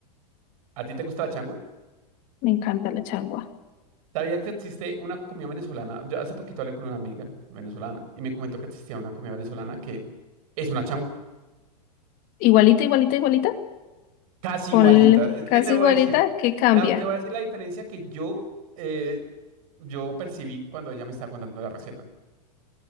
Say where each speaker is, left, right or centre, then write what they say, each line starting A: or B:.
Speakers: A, on the right; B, on the left.
A: ¿A ti te gusta la changua?
B: me encanta la changua.
A: ¿Sabía que existe una comida venezolana? Yo hace poquito hablé con una amiga venezolana y me comentó que existía una comida venezolana que es una changua,
B: Igualita, igualita, igualita.
A: casi
B: Con
A: igualita. Es que
B: casi
A: te voy
B: igualita,
A: a decir,
B: ¿qué cambia?
A: la, te voy a decir la diferencia que yo... eh, yo percibí cuando ella me estaba contando la receta.